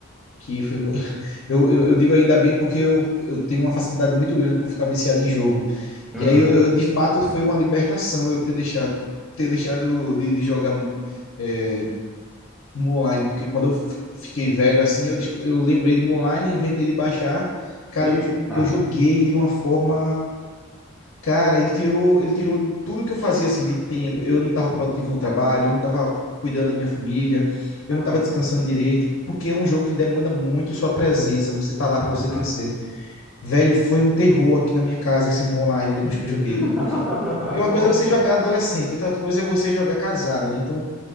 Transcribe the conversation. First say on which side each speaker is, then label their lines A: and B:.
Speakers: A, on the left; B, in the centre.
A: que foi. co- <laughs> Eu, eu, eu digo ainda bem porque eu, eu tenho uma facilidade muito grande por ficar viciado em jogo. E
B: Uhum.
A: aí, eu, eu- de fato, foi uma libertação eu ter deixado, ter deixado de, de jogar é, Mu online, porque quando eu fi- fiquei velho assim, eu, desco- eu lembrei de Mu online, inventei de baixar. Cara,
B: E,
A: eu, jo-
B: tá,
A: eu joguei de uma forma Cara, ele tirou, ele tirou tudo que eu fazia assim de tempo. Eu não estava produtivo no trabalho, eu não estava cuidando da minha família, eu
B: caramba,
A: não estava descansando direito, porque é um jogo que demanda muito sua presença. Você tá lá para você
B: exato.
A: crescer. Velho, foi um terror aqui na minha casa esse Mu Online depois que eu joguei,
B: <laughs>
A: porque porque uma
B: Nossa.
A: coisa é você jogar adolescente, outra coisa é você jogar casado, né? Então,